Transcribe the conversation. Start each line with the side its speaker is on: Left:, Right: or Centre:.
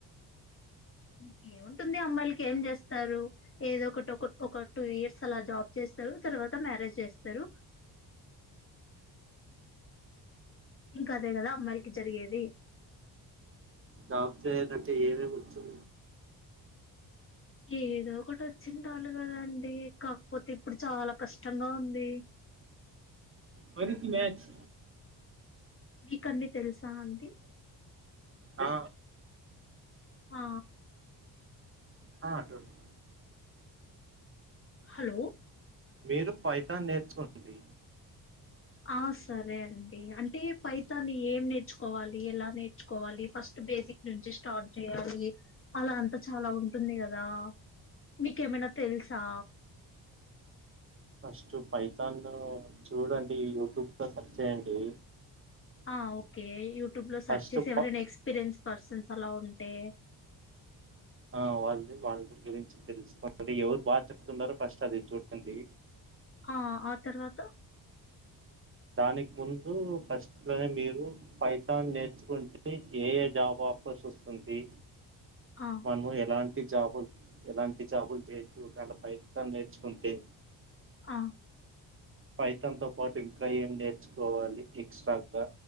Left: ఇంకేముంటుంది అమ్మాయిలకి ఏం చేస్తారు ఏదో ఒకటి ఒక ఒక టూ ఇయర్స్ అలా జాబ్ చేస్తారు తర్వాత మ్యారేజ్ చేస్తారు ఇంకా అదే కదా అమ్మాయికి జరిగేది
Right: జాబ్ చేయదంటే ఏదేమ్ వచ్చు
Left: ఏదో ఒకటి వచ్చి ఉండాలి కదాండి కాకపోతే ఇప్పుడు చాలా కష్టంగా ఉంది
Right: వారితీ మ్యాచ్
Left: మీక అన్ని తెలుసా అండి
Right: ఆ
Left: ఆ
Right: హా తెల్సు
Left: హలో
Right: మీరు పైథాన్ నేర్చుకోండి
Left: ఆ సరే అండి అంటే పైతాన్ని ఏం నేర్చుకోవాలి. ఎలా నేర్చుకోవాలి. ఫస్ట్ బేసిక్ నుంచి స్టార్ట్ చేయాలి అలా అంత చాలా ఉంటుంది కదా మీకేమైనా తెలుసా
Right: ఫస్ట్ పైథాన్ చూడండి యూట్యూబ్ లో సర్చ్ చేయండి
Left: ఆ ఓకే యు ట్యూబ్ లో సర్చ్
Right: ఫస్ట్
Left: చేసి ఎవైనా
Right: ప
Left: ఎస్పీరియన్స్ పర్సన్స్ అలా ఉంటే
Right: ఆ వాళ్ళది వాళ్ళ గురించి తెలుసుకోండి ఎవరు బాగా చెప్తున్నారో ఫస్ట్ అది చూడండి
Left: ఆ ఆ తర్వాత
Right: దానికి ముందు ఫస్ట్ లోనే మీరు పైథాన్ నేర్చుకుంటే ఏ ఏ జాబ్ ఆఫర్స్ వస్తుంది
Left: ఆ
Right: మనము ఎలాన్ జాబులు ఎలాంటి జాబులు చేయొచ్చు ఒక వేలా పైథాన్ నేర్చుకుంటే
Left: ఆ
Right: పైథాన్తో పాటు ఇంకా ఏం నేర్చుకోవాలి ఎక్స్ట్రాగా